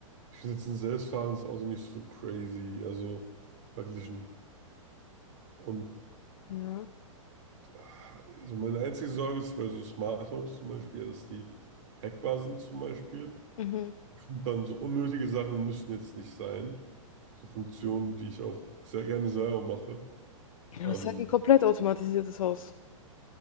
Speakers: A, on the right; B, on the left.
A: Ich finde jetzt ein selbstfahrendes Auto nicht so crazy, also verglichen. Und
B: Ja.
A: ah, also meine einzige Sorge ist bei so Smart Homes zum Beispiel, ja, dass die hackbar sind zum Beispiel.
B: Mhm.
A: Und dann so unnötige Sachen müssen jetzt nicht sein. So Funktionen, die ich auch sehr gerne selber mache.
B: Aber
A: Ähm,
B: es ist halt ein komplett automatisiertes Haus.